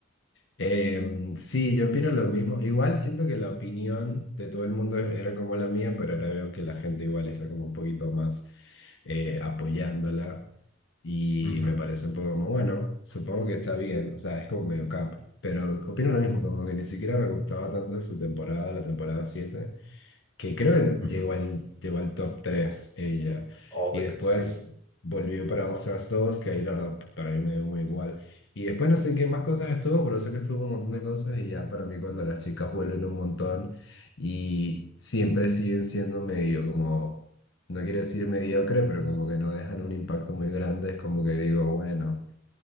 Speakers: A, on the left; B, on the left.
A: Em, sí, yo opino lo mismo. Igual siento que la opinión de todo el mundo era como la mía, pero ahora veo que la gente igual está como un poquito más eh, apoyándola y
B: Ujú,
A: me parece un poco como, bueno, supongo que está bien, o sea, es como medio cap, pero opino lo mismo, como que ni siquiera me gustaba tanto su temporada, la temporada 7 que creo
B: ujú.
A: que llegó al, llegó al top 3 ella.
B: Obvio,
A: Y después
B: sí.
A: volvió para All Stars 2, que ahí la verdad p- para mí me dio muy igual. Y después no sé en qué más
B: Ujú.
A: cosas estuvo, pero sé que estuvo en un montón de cosas y ya para mí cuando las chicas vuelven un montón y siempre siguen siendo medio como, no quiero decir mediocre, pero como que no dejan un impacto muy grande, es como que digo, bueno.